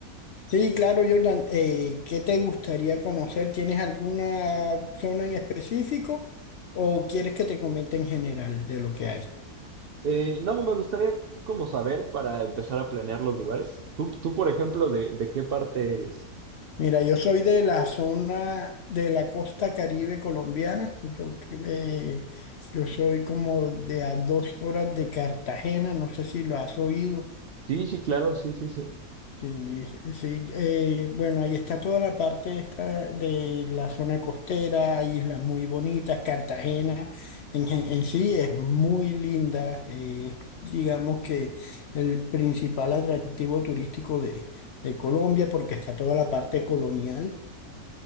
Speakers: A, on the left; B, on the right.
A: Sí, claro, Jordan. Eh, ¿qué te gustaría conocer? ¿Tienes alguna zona en específico o quieres que te comente en general de lo que hay?
B: Eh, no, me gustaría como saber para empezar a planear los lugares. Tú, tú, por ejemplo, de, ¿de qué parte eres?
A: Mira, yo soy de la zona de la costa Caribe colombiana. Yo, que- eh, yo soy como de a dos horas de Cartagena. No sé si lo has oído.
B: Sí, sí, claro, sí, sí, sí.
A: Sí, sí, sí. eh, bueno, ahí está toda la parte esta de la zona costera, hay islas muy bonitas, Cartagena en, gen- en sí es muy linda, eh, digamos que el principal atractivo turístico de, de Colombia porque está toda la parte colonial,